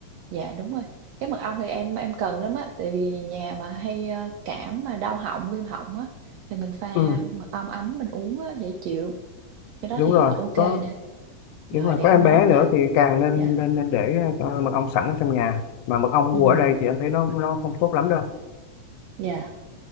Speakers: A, on the right; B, on the left.
A: Dạ đúng rồi. Cái mật ong thì em em cần lắm á, tại vì nhà mà hay ờ, cảm mà đau họng, viêm họng á thì mình pha
B: ừ,
A: mật ong ấm mình uống á dễ chịu. Cái đó
B: đúng
A: thì
B: rồi
A: ờ, ok
B: có
A: nè.
B: đúng
A: Rồi
B: rồi
A: để
B: có
A: em
B: em
A: nốt
B: bé nữa
A: lại.
B: thì càng nên
A: Dạ.
B: nên, nên để ờ, mật ong sẵn ở trong nhà mà mật ong
A: Ừ.
B: mua ở đây thì anh thấy nó nó không tốt lắm đâu
A: Dạ.